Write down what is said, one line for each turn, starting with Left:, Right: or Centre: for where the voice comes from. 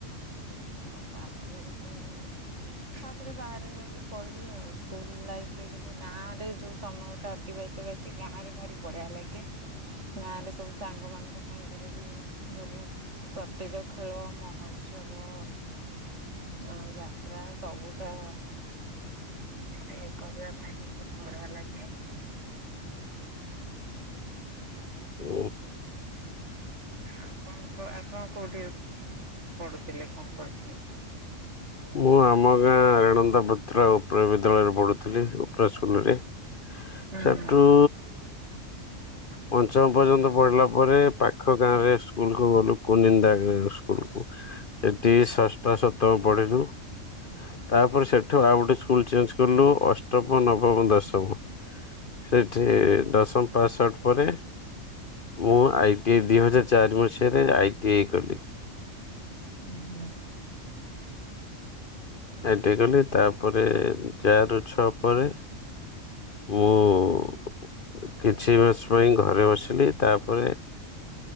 Right: ଆଉ ତାପରେ ପୁଣି ତାପରେ ବାହାରେ ରହିକି ପଢ଼ିଲି ଆଉ ସ୍କୁଲ୍ ଲାଇଫରେ କିନ୍ତୁ ଗାଁରେ ଯୋଉ ସମୟଟା ଅତିବାହି ତ କରିଚି ଗାଁରେ ଭାରି ବଢ଼ିଆ ଲାଗେ। ଗାଁରେ ସବୁ ସାଙ୍ଗମାନଙ୍କ ସାଙ୍ଗରେ ବି ସବୁ ପ୍ରତ୍ୟକ ଖେଳ ମହୋତ୍ସବ ଅଁ ଯାତ୍ରା ସବୁଠା ଇଏ କରିବା ପାଇଁ ବୋହୁତ ବଢ଼ିଆ ଲାଗେ।
Left: ଇ
Right: ଆପଣଙ୍କ ଆପଣ କୋଉଠି ପଢ଼ୁଥୁଲେ କଁ କରୁଥୁଲେ?
Left: ମୁଁ ଆମ ଗାଁ ରେଣନ୍ତା ପାତ୍ରା ଉପ୍ରା ବିଦ୍ୟାଳୟରେ ପଢ଼ୁଥିଲି ଉପ୍ରା ସ୍କୁଲରେ। ‌
Right: ହୁଁ
Left: ସେଠୁ ପଞ୍ଚମ ପର୍ଯ୍ୟନ୍ତ ପଢି଼ଲା ପରେ ପାଖ ଗାଁରେ ସ୍କୁଲକୁ ଗଲୁ କୁନିନ୍ଦା ଗାଁ ସ୍କୁଲକୁ। ସେଠି ଷଷ୍ଠ ସପ୍ତମ ପଢିଲୁ। ତାପରେ ସେଠୁ ଆଉ ଗୋଟେ ସ୍କୁଲ ଚେଞ୍ଚ୍ କଲୁ ଅଷ୍ଟମ ନବମ ଦଶମ। ସେଠି ଦଶମ ପାସ ଆଉଟ୍ ପରେ ମୁଁ ଆଇ ଟି ଦି ହଜାର ଚାରି ମସିହାରେ ଆଇ ଟି ଆଇ କଲି।
Right: ଉଁ ର
Left: ଆଇ ଟି ଆଇ ଗଲି ତାପରେ ଯାର ଛୁଆ ପରେ ମୁଁ କିଛି ମାସ ପାଇଁ ଘରେ ବସିଲି ତାପରେ